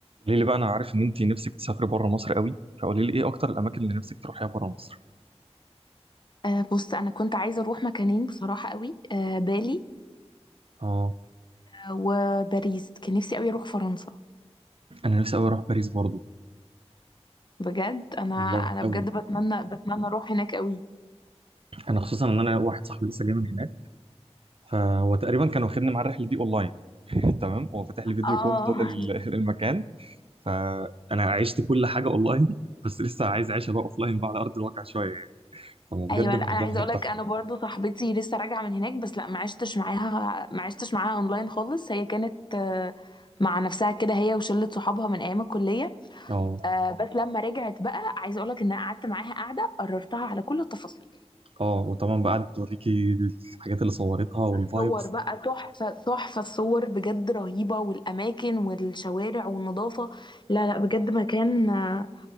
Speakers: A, on the right; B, on the left.
A: قولي لي بقى انا عارف ان انت نفسك تسافري بره مصر قوي فقولي لي ايه اكتر الاماكن اللي نفسك تروحيها بره مصر
B: آه بص انا كنت عايزه اروح مكانين بصراحه قوي آه بالي
A: اه
B: آه وباريس كان نفسي قوي اروح فرنسا
A: انا نفسي قوي اروح باريس برضو
B: بجد انا
A: والله
B: انا
A: قوي
B: بجد بتمنى بتمنى اروح هناك قوي
A: انا خصوصا ان انا واحد صاحبي لسه جاي من هناك فهو تقريبا كان واخدني مع الرحله دي اونلاين <laughs> تمام هو فاتح لي فيديو
B: اه
A: كول طول
B: <laughs>
A: ال- <laughs> المكان فانا عشت كل حاجه اونلاين بس لسه عايز اعيشها بقى اوفلاين بقى على ارض الواقع شويه يعني فبجد
B: ايوه
A: الموضوع
B: لا انا عايزه
A: هناك
B: اقول
A: تحفه
B: لك انا برضو صاحبتي لسه راجعه من هناك بس لا ما عشتش معاها ما عشتش معاها اونلاين خالص هي كانت آه، مع نفسها كده هي وشله صحابها من ايام الكليه
A: اه
B: آه، بس لما رجعت بقى عايزه اقول لك ان انا قعدت معاها قاعده قررتها على كل التفاصيل
A: اه وطبعا بقى قعدت توريكي الحاجات اللي صورتها والفايبس
B: صور بقى تحفة تحفة الصور بجد رهيبة والأماكن والشوارع والنظافة لا لا بجد مكان آه،